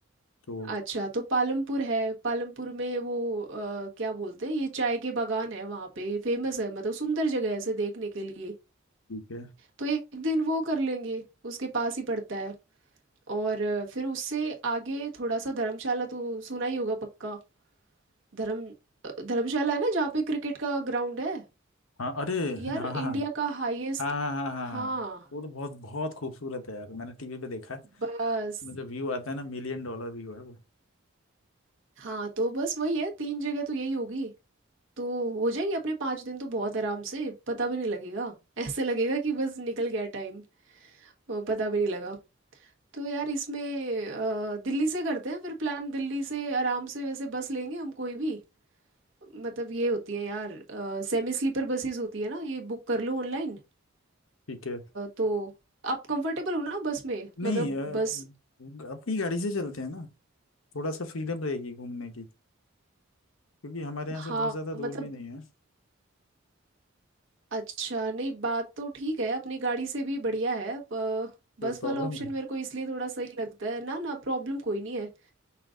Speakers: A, on the left; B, on the right.
A: तो
B: अच्छा तो पालमपुर है पालमपुर में वो अ, क्या बोलते हैं ये चाय के बागान है वहाँ पे फेमस है मतलब सुंदर जगह है ऐसे देखने के लिए
A: ठीक है
B: तो एक दिन वो कर लेंगे उसके पास ही पड़ता है और अ, फिर उससे आगे थोड़ा सा धर्मशाला तो सुना ही होगा पक्का धर्म अ, धर्मशाला है ना जहाँ पे क्रिकेट का ग्राउंड है
A: हाँ अरे
B: यार
A: हाँ
B: इंडिया
A: हाँ हाँ
B: का हाईएस्ट
A: हाँ हाँ हाँ
B: हाँ
A: हाँ हाँ। वो तो बहुत बहुत खूबसूरत है यार मैंने टीवी पे देखा है
B: बस
A: मतलब व्यू आता है ना मिलियन डॉलर व्यू है वो
B: हाँ तो बस वही है तीन जगह तो यही होगी तो हो जाएंगे अपने पाँच दिन तो बहुत आराम से पता भी नहीं लगेगा <laughs> ऐसे लगेगा कि बस निकल गया टाइम अ, पता भी नहीं लगा तो यार इसमें अ, दिल्ली से करते हैं फिर प्लान दिल्ली से आराम से वैसे बस लेंगे हम कोई भी मतलब ये होती है यार सेमी स्लीपर बसेस होती है ना ये बुक कर लो ऑनलाइन
A: ठीक है
B: तो आप कंफर्टेबल हो ना बस में
A: नहीं
B: मतलब
A: अ,
B: बस
A: अपनी गाड़ी से चलते हैं ना थोड़ा सा फ्रीडम रहेगी घूमने की क्योंकि हमारे यहाँ
B: हाँ
A: से बहुत ज़्यादा दूर
B: मतलब
A: भी नहीं है
B: अच्छा नहीं बात तो ठीक है अपनी गाड़ी से भी बढ़िया है प-
A: कोई
B: बस
A: प्रॉब्लम
B: वाला ऑप्शन
A: है
B: मेरे को इसलिए थोड़ा सही लगता है ना ना प्रॉब्लम कोई नहीं है